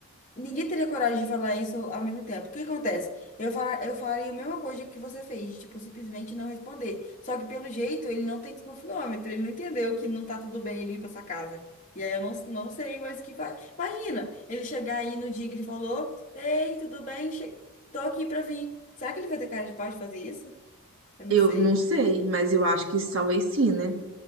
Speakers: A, on the left; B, on the right.
A: ninguém teria coragem de falar isso ao mesmo tempo. O que acontece? Eu fala, eu faria a mesma coisa que você fez, de, tipo, simplesmente não responder. Só que pelo jeito ele não tem desconfiômetro, ele não entendeu que não tá tudo bem ele ir pra essa casa. E aí eu não, não sei mais o que faz. Imagina, ele chegar aí no dia que ele falou: Ei, tudo bem? Che... Tô aqui pra vir. Será que ele vai ter cara de pau de fazer isso? Eu não
B: Eu
A: sei,
B: não sei, mas eu acho que talvez sim, né?